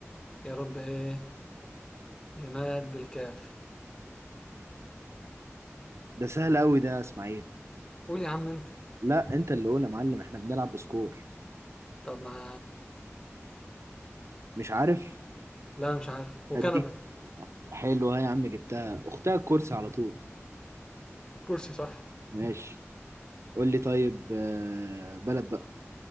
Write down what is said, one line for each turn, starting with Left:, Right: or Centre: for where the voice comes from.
Left: يا رب ايه جماد بالكاف
Right: ده سهل أوي ده يا إسماعيل
Left: قول يا عم انت
Right: لا أنت اللي قول يا معلم إحنا بنلعب بسكور
Left: طب ما
Right: مش عارف
Left: لا مش عارف وكندا
Right: هديك حلو ها يا عم جبتها اختها الكرسي على طول
Left: كرسي صح
Right: ماشي قول لي طيب آه، بلد بقى